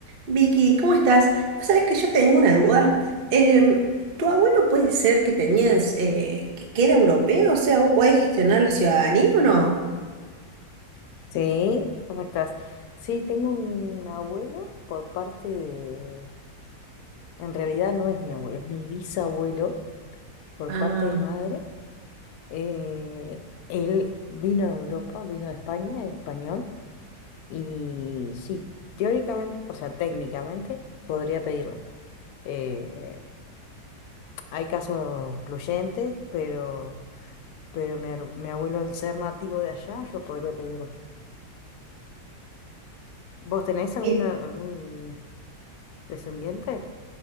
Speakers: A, on the right (about 45°); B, on the left (about 70°).
A: Vicky, ¿cómo estás? Vos sabés que yo tengo una duda. Em, ¿tu abuelo puede ser que tenías, eh, que, que era europeo? O sea, ¿vos podés gestionar la ciudadanía o no?
B: Sí, ¿cómo estás? Sí, tengo un abuelo por parte de... En realidad no es mi abuelo, es mi bisabuelo por
A: Ah,
B: parte de madre. Eh, él vino de Europa, vino de España, es español, y sí, teóricamente, o sea, técnicamente podría pedirlo. Eh, hay casos excluyentes, pero, pero mi, ar- mi abuelo al ser nativo de allá, yo podría pedirlo. ¿Vos tenés alguna,
A: Mi-
B: algún descendiente?